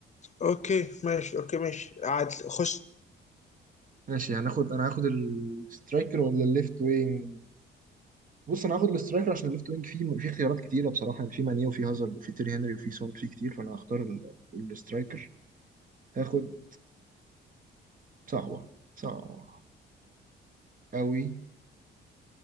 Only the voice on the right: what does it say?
ماشي هناخد انا هاخد السترايكر ولا الليفت وينج بص انا هاخد الاسترايكر عشان الليفت وينج فيه في اختيارات كتيره بصراحه يعني في ماني وفي هازارد وفي تيري هنري وفي سون في كتير فانا هختار ال- الاسترايكر هاخد صعبه صعبه قوي